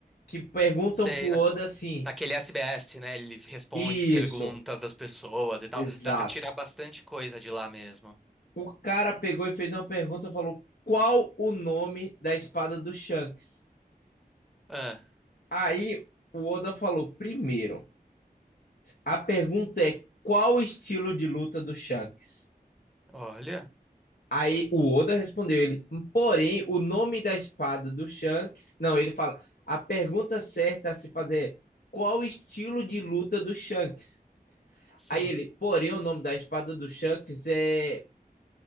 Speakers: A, on the left (about 70°); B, in the centre.
A: Que perguntam
B: Sei,
A: pro Oda
B: na-
A: assim:
B: naquele SBS, né? Ele responde
A: Isso.
B: perguntas das pessoas e tal.
A: Exato.
B: Dá pra tirar bastante coisa de lá mesmo.
A: O cara pegou e fez uma pergunta, falou qual o nome da espada do Shanks.
B: Ah,
A: Aí o Oda falou: primeiro, a pergunta é qual o estilo de luta do Shanks?
B: olha.
A: Aí o Oda respondeu ele, porém, o nome da espada do Shanks. Não, ele fala: a pergunta certa a se fazer é qual o estilo de luta do Shanks?
B: Sim.
A: Aí ele, porém, o nome da espada do Shanks é.